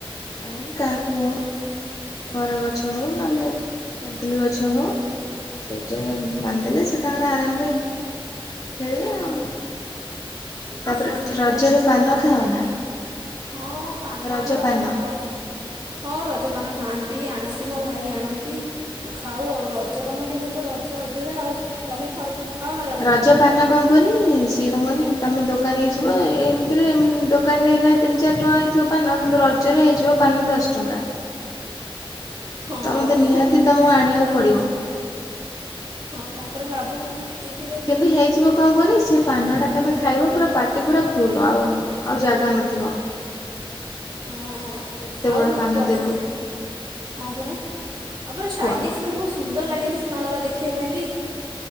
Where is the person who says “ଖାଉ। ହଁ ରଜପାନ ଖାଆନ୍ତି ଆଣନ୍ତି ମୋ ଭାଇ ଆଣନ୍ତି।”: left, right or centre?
Right